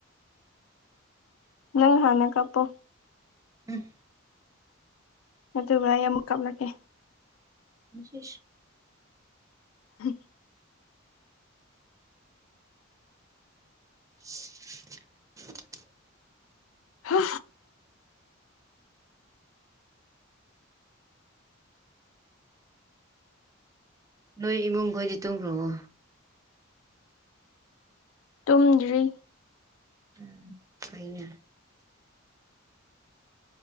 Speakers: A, on the left (about 75°); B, on the right (about 15°).
A: ꯅꯪ ꯍꯥꯟꯅ ꯀꯞꯄꯣ
B: ꯎꯝ
A: ꯑꯗꯨꯒ ꯑꯩ ꯑꯃꯨꯛ ꯀꯞꯂꯛꯀꯦ
B: <unintelligible>
A: <inaudible>
B: <inaudible>
A: ꯍꯥ
B: ꯅꯣꯏ ꯏꯃꯨꯡꯈꯣꯏꯗꯤ ꯇꯨꯝꯈꯔ꯭ꯕꯣ
A: ꯇꯨꯝꯗ꯭ꯔꯤ
B: ꯎꯝ ꯐꯩꯅꯦ